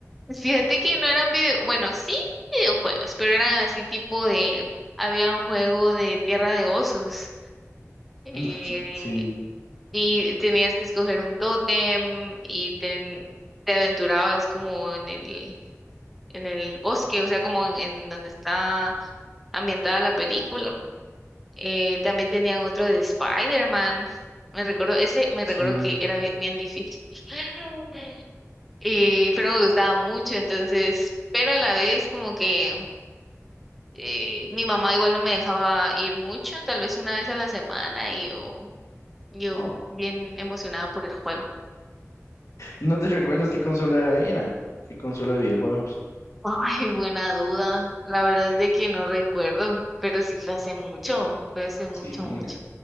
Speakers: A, in the centre; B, on the left (about 70°).
A: fíjate que no eran video, bueno, sí videojuegos, pero eran así tipo de, había un juego de Tierra de Osos eh,
B: <laughs> Sí.
A: y tenías que escoger un tótem y te, te aventurabas como en el en el bosque, o sea, como en, en donde está ambientada la película. Eh, también tenían otro de Spider-Man. Me recuerdo, ese me
B: Sí.
A: recuerdo que era bi- bien difícil. <laughs> Eh, pero me gustaba mucho, entonces, pero a la vez como que eh, mi mamá igual no me dejaba ir mucho, tal vez una vez a la semana y yo, yo
B: Oh.
A: bien emocionada por el juego.
B: ¿No te recuerdas qué consola era? era? ¿Qué consola de videojuegos?
A: <laughs> Ay, buena duda. La verdad es de que no recuerdo, pero sí fue hace mucho, fue hace mucho,
B: Sí. Sí,
A: mucho.